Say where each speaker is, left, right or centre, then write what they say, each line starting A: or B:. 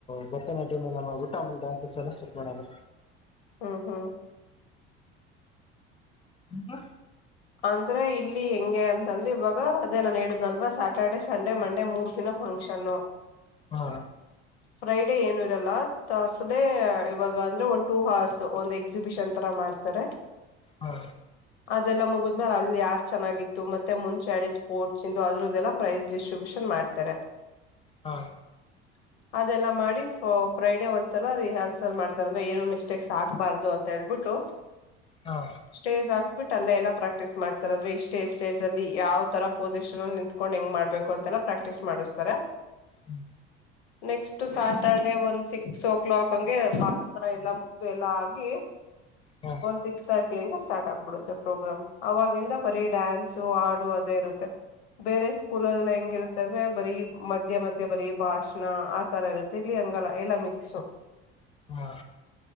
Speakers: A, on the left; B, on the left.
A: ಭರತನಾಟ್ಯಂ ಎಲ್ಲ ಮಾಡ್ಬುಟ್ಟು ಅಮೇಲ್ ಡಾನ್ಸಸ್ ಎಲ್ಲ ಸೆಟ್ ಮಾಡೋರು.
B: ಹಾ ಹಾ
A: ಎಂತಾ
B: ಅಂದ್ರೆ ಇಲ್ಲಿ ಹೆಂಗೆ ಅಂತಂದ್ರೆ ಇವಾಗ ಅದೇ ನಾನನ್ ಹೇಳುದ್ನಲ್ವಾ ಸ್ಯಾಟರ್ಡೆೇ ಸಂಡೇ ಮಂಡೇ ಮೂರು ದಿನ ಫಂಕ್ಷನ್ನು
A: ಹಾ
B: <inaudible> ಫ್ರೈಡೇ ಏನು ಇರಲ್ಲ ತರ್ಸ್ಡೇ ಇವಾಗ ಅಂದ್ರೆ ಒಂದ್ ಟೂ ಹರ್ಸ್ ಒಂದ್ ಎಕ್ಸಿಬಿಷನ್ ತರ ಮಾಡ್ತಾರೆ. <inaudible>
A: ಹಾ
B: ಅದೆಲ್ಲ ಮುಗಿದ್ ಆದ್ಮೇಲೆ ಅಲ್ಲಿ ಯಾರ್ ಚೆನ್ನಾಗಿತ್ತು ಮತ್ತೆ ಮುಂಚೆ ಆಡಿದ ಸ್ಪೋರ್ಟ್ಸ್ ಇಂದು ಅದ್ರದ್ದದೆಲ್ಲ ಪ್ರೈಸ್ ಡಿಸ್ಟ್ರಿಬ್ಯೂಷನ್ ಮಾಡ್ತಾರೆ. <inaudible>
A: ಹಾ
B: <inaudible> ಅದೆಲ್ಲ ಮಾಡಿ ಫ ಫ್ರೈಡೆ ಒಂದ್ಸಲ ರಿಹರ್ಸಲ್ ಮಾಡ್ತಾರಾ ಅಂದ್ರೆ ಏನು ಮಿಸ್ಟೇಕ್ಸ್ ಆಗ್ಬಾರ್ದು ಅಂತ ಹೇಳ್ಬಿಟ್ಟು‌. <inaudible>
A: ಹಾ
B: ಸ್ಟೇಜ ಆಕ್ಬಿಟ್ಟ ಅಲ್ಲ ಎಲ್ಲಾ. ಪ್ರಾಕ್ಟೀಸ್ ಮಾಡ್ತಾರ ಅಂದ್ರೆ ಇಷ್ಟೇ ಸ್ಟೇಜ್ ಅಲ್ಲಿ ಯಾವ ತರ ಪೊಸಿಷನ್ ಅಲ್ಲಿ ನಿಂತ್ಕೊಂಡ್ ಹೆಂಗ ಮಾಡ್ಬೇಕು ಅಂತೆಲ್ಲ ಪ್ರಾಕ್ಟೀಸ್ ಮಾಡಿಸ್ತಾರೆ. <inaudible>
A: ಹ್ಮ್
B: ನೆಕ್ಸ್ಟ್ ಸ್ಯಾಟರ್ಡೆೇ ಒಂದ್ ಸಿಕ್ಸ್ ಓ ಕ್ಲಾಕ್ ಹಂಗೆ ಬಾಷಣ ಎಲ್ಲ ಮುಗ್ದು ಎಲ್ಲಾ ಆಗಿ.
A: ಹಾ
B: ಸಿಕ್ಸ್ ತರ್ಟಿ ಅಂಗೆ ಸ್ಟಾರ್ಟ್ ಆಗ್ಬಿಡುತ್ತೆ ಪ್ರೋಗ್ರಾಮ್ ಅವಾಗಿಂದ ಬರೀ ಡ್ಯಾನ್ಸು ಹಾಡು ಅದೇ ಇರುತ್ತೆ. ಬೇರೆ ಸ್ಕೂಲ್ ಎಲ್ಲಾ ಹೆಂಗಿರುತ್ತ್ ಂದ್ರೆ ಬರೀ ಮಧ್ಯೆ ಮಧ್ಯೆ ಬರೀ ಭಾಷಣ ಆ ತರ ಇರುತ್ತೆ ಇಲ್ಲಿ ಹಂಗಲ್ಲ ಎಲ್ಲಾ ಮಿಕ್ಸ.
A: ಹಾ